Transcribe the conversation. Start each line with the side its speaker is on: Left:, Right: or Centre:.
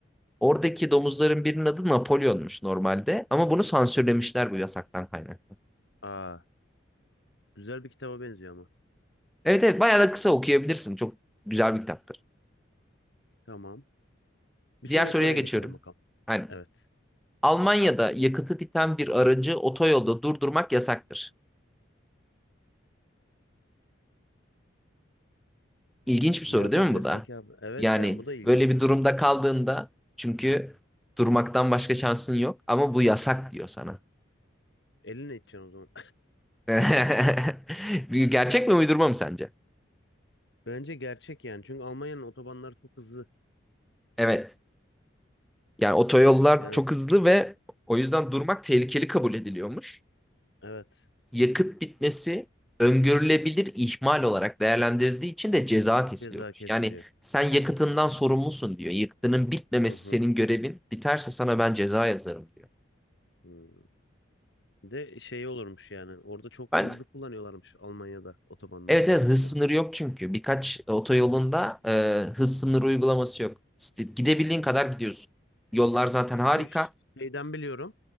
Centre: Oradaki domuzların birinin adı Napolyon'muş normalde ama bunu sansürlemişler bu yasaktan kaynaklı.
Left: Aa, güzel bir kitaba benziyor ama.
Centre: Evet evet bayağı da kısa okuyabilirsin. Çok güzel bir kitaptır.
Left: Tamam. Bir sonraki
Centre: Diğer soruya
Left: soruya
Centre: geçiyorum.
Left: geçelim bakalım.
Centre: Hani
Left: Evet.
Centre: Almanya'da yakıtı biten bir aracı otoyolda durdurmak yasaktır. İlginç bir soru
Left: Ne yapabilirsin
Centre: değil mi bu da?
Left: ki abi? Evet
Centre: Yani
Left: yani bu da ilginç.
Centre: böyle bir durumda kaldığında çünkü durmaktan başka şansın yok ama bu yasak diyor sana.
Left: Elinle edeceksin o zaman.
Centre: <laughs> Bir Gerçek mi uydurma mı sence?
Left: <laughs> Bence gerçek yani. Çünkü Almanya'nın otobanları çok hızlı.
Centre: Evet. Yani otoyollar
Left: Yani
Centre: çok hızlı ve o yüzden durmak tehlikeli kabul ediliyormuş.
Left: evet
Centre: yakıt bitmesi öngörülebilir ihmal olarak değerlendirildiği için de ceza kesiliyormuş.
Left: ceza kesiliyor.
Centre: Yani sen yakıtından sorumlusun diyor. Yakıtının bitmemesi
Left: Hı hı.
Centre: senin görevin. Biterse sana ben ceza yazarım diyor.
Left: Hmm. Bir De şey olurmuş yani. Orada çok
Centre: Ben
Left: hızlı kullanıyorlarmış Almanya'da otobanlarda
Centre: evet evet
Left: araçları.
Centre: hız sınırı yok çünkü. Birkaç otoyolunda
Left: Evet.
Centre: e, hız sınırı uygulaması yok. İşte Gidebildiğin kadar gidiyorsun. Yollar zaten
Left: Çünkü
Centre: harika.
Left: şeyden biliyorum.